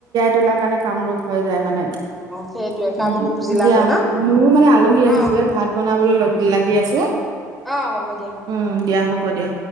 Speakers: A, on the right; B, in the centre.
A: তোলা কাৰণে কামৰূপ হৈ যায় মানে। উম
B: সেইটোৱে কামৰূপ জিলা
A: দিয়া
B: হয় ন
A: মোৰো মানে আলহী আহিবই
B: অ
A: ভাত বনাবলৈ লাগি আছো
B: অ হ'ব দিয়া।
A: উম দিয়া হব দিয়া।